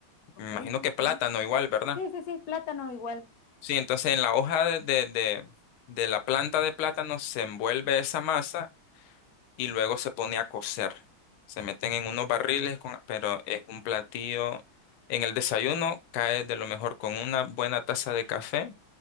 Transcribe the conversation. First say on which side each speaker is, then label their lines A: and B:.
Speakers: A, on the left (about 60°); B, on the left (about 90°).
A: ok,
B: Me imagino
A: sí,
B: que
A: está
B: plátano
A: bien.
B: igual, ¿verdad?
A: Sí, sí, sí, plátano igual.
B: Sí, entonces en la hoja de, de, de- de la planta de plátano se envuelve esa masa y luego se pone a cocer. Se meten en unos barriles, con- pero es un platillo. En el desayuno cae de lo mejor con una buena taza de café.